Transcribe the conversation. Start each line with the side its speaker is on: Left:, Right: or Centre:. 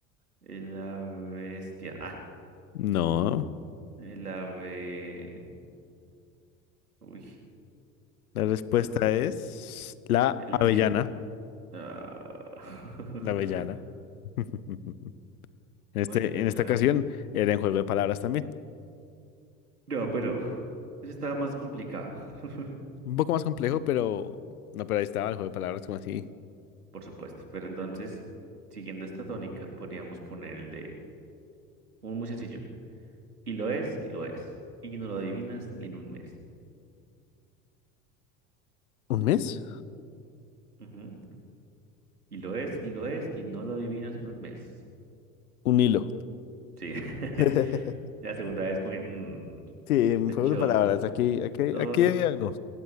Right: El- La bestia. Ah.
Left: No.
Right: Eh, La B. Uy,
Left: La respuesta
Right: man,
Left: es la
Right: el
Left: avellana.
Right: cisne. No. <laughs>
Left: La avellana. <laughs> En
Right: ¿Cuál
Left: este,
Right: es el
Left: en esta
Right: ave
Left: ocasión
Right: que tiene?
Left: era en juego de palabras también.
Right: No, pero eso está más complicado, <laughs>
Left: Un poco más complejo, pero... No, pero ahí estaba el juego de palabras como así.
Right: por supuesto. Pero entonces, siguiendo esta tónica, podríamos poner el de un muy sencillo. Y lo es, y lo es. Y no lo adivinas ni en un mes.
Left: ¿Un mes?
Right: Ujú. Y lo es, y lo es, y no lo adivinas en un mes.
Left: Un hilo.
Right: Sí. <laughs>
Left: <laughs>
Right: La segunda vez como que, mm,
Left: Sí,
Right: sospechoso.
Left: un juego de palabras. Aquí, aquí,
Right: Sos-
Left: aquí hay algo.